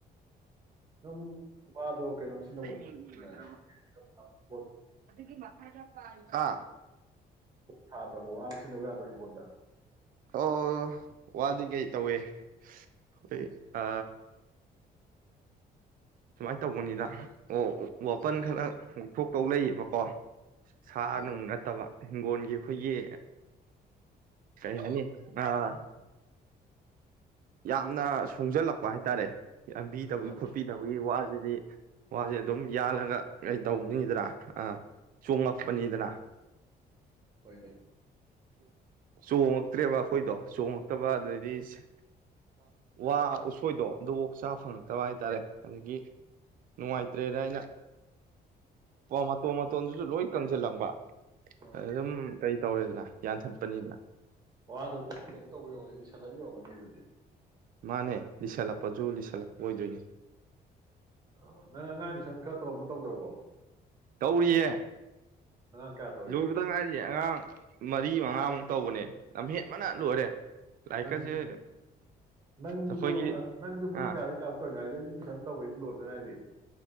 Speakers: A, on the right; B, on the right.
A: ꯅꯕꯨ ꯋꯥꯗ ꯀꯩꯅꯩꯅꯁꯤ ꯅ
B: ꯑꯩ ꯃꯤꯡ ꯏꯔꯣꯏꯗ꯭ꯔꯕ
A: ꯑꯣꯏ ꯑꯣ
B: ꯑꯗꯨꯒꯤ ꯃꯈꯥꯗ ꯑꯥ
A: ꯊꯥꯗ꯭ꯔꯕꯥꯎ ꯋꯥꯗ ꯁꯤꯟꯗꯕ ꯌꯥꯗ꯭ꯔꯣ ꯍꯤꯡꯈꯣꯣꯟꯗ
B: ꯑꯣ ꯋꯥꯗꯤ ꯀꯩ ꯇꯧꯏꯦ ꯑꯩꯣꯏ ꯑ ꯅ ꯇꯧꯕꯅꯤꯗ ꯑꯣ ꯑꯣ ꯋꯥꯄꯟ ꯈꯔ ꯉꯛꯊꯣꯛꯇꯧ ꯂꯩꯌꯦꯕꯀꯣ ꯁꯥ
A: ꯑꯥ
B: ꯅꯨꯡ ꯅꯠꯇꯕ ꯍꯤꯡꯒꯣꯜ ꯑꯩꯈꯣꯏꯒꯤ ꯀꯔꯤ ꯍꯥꯏꯅꯤ ꯑꯥ ꯌꯥꯝꯅ ꯁꯣꯡꯖꯜꯂꯛꯄ ꯍꯥꯏꯇꯥꯔꯦ ꯌꯥꯝꯝꯕꯤꯗꯕꯒꯤ
A: ꯑꯥ
B: ꯈꯣꯠꯄꯤꯗꯕꯒꯤ ꯋꯥꯁꯤꯗꯤ ꯋꯥꯁꯦ ꯑꯗꯨꯝ ꯌꯥꯜꯂꯒ ꯀꯩ ꯇꯧꯗꯗ꯭ꯔꯥ ꯑꯥ ꯆꯣꯡꯂꯛꯄꯅꯤꯗꯅ
A: ꯍꯣꯏꯅꯦ
B: ꯆꯣꯡꯉꯛꯇ꯭ꯔꯦꯕ ꯑꯩꯈꯣꯏꯗꯣ ꯆꯣꯡꯉ ꯀꯕꯥꯗ ꯑꯣꯏꯔꯤꯁ ꯋꯥ ꯎꯁꯣꯏꯗꯣ ꯑꯗꯨꯐꯣꯛ ꯆꯥ ꯐꯪꯉꯛꯇꯕ ꯍꯥꯏ ꯍꯥꯏꯇꯥꯔꯦ ꯑꯗꯒꯤ ꯅꯨꯡꯉꯥꯏꯇ꯭ꯔꯦꯅ ꯑꯩꯅ ꯃꯇꯣꯟ ꯃꯇꯣꯟꯗꯨꯁꯨ ꯂꯣꯏ ꯀꯪꯁꯤꯜꯂꯪꯕ
A: ꯑꯥ
B: ꯑꯗꯨꯝ ꯀꯩ ꯇꯧꯔꯦꯗꯅ ꯌꯥꯟꯊꯠꯄꯅꯤꯗꯅ
A: ꯋꯥꯗꯣ ꯑꯗꯨꯝ ꯀꯩꯅꯣ ꯇꯧꯕ ꯌꯣꯒꯅꯤ ꯂꯤꯁꯜꯂꯒ ꯌꯧꯒꯅꯤ ꯑꯗꯨꯗꯤ
B: ꯃꯥꯅꯦ ꯂꯤꯁꯜꯂꯛꯄꯁꯨ ꯂꯤꯁꯜꯂꯛꯄ ꯑꯣꯏꯗꯣꯏꯅꯦ
A: ꯑ ꯅꯪ ꯑꯉꯥꯡꯗꯨ ꯁꯟ ꯈꯔ ꯇꯧꯔꯣꯅ ꯇꯧꯗ꯭ꯔꯕꯣ
B: ꯀꯧꯔꯤꯌꯦ
A: ꯑꯉꯥꯡ ꯀꯌꯥ ꯇꯧꯔꯤꯕ
B: ꯂꯣꯏꯕꯗ ꯉꯥꯏꯔꯤꯌꯦ ꯑꯉꯥꯡ ꯃꯔꯤ ꯃꯉꯥꯃꯨꯛ ꯇꯧꯕꯅꯦ ꯂꯝꯍꯦꯠ ꯃꯅ ꯂꯣꯏꯔꯦ ꯂꯥꯏꯔꯤꯛꯀꯁꯦ
A: ꯪ ꯅꯟꯖꯨ
B: ꯑꯩꯈꯣꯏꯒꯤ
A: ꯅꯟꯖꯨ ꯄꯨꯡꯒ
B: ꯑꯥ
A: ꯑ ꯀꯞꯇꯣꯗꯖꯤ ꯨꯁꯟ ꯇꯧꯕꯩꯁꯤ ꯂꯣꯏꯔꯗꯉꯥꯏꯗꯤ